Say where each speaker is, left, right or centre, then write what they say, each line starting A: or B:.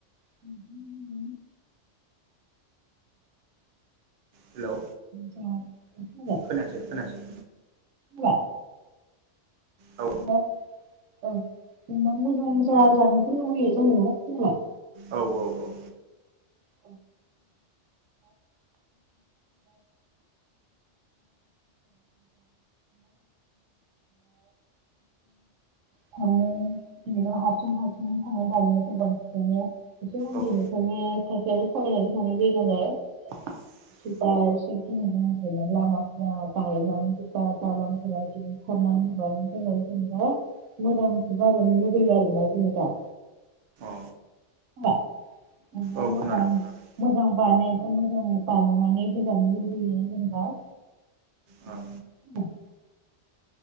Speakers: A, on the right; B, on the right.
A: <unintelligible>
B: हेलौ
A: जा फैबाय
B: खोनायासै खोनायासै
A: फैबाय
B: औ
A: औ ना मोजां जाया जानोखौ लुुबैयो जों ना <unintelligible>
B: औ औ औ
A: <unintelligible> <unintelligible> थाङो बिेनेबा हारसिं हारसिंनो थाङो दानिया गोबांसिनानो एसे मन्दिरनिखायनो
B: औ औ
A: साइसे सलायनानै थांनाय जायो नालाय।
B: <inaudible>
A: <unintelligible> लामाफोरा बायनानै जे दालांफोरा जुदि <unintelligible> रनानै होनबाय बेनि थाखाय जेनेबा मोजां जाजानो लुुबैयो आरोना जोङो दा।
B: औ
A: <unintelligible>
B: औ खोनादों खोनादों
A: मोजां बानाय मोजाङै बानायनानै होजानो लुुबैयो जेनेबा
B: औ
A: <unintelligible>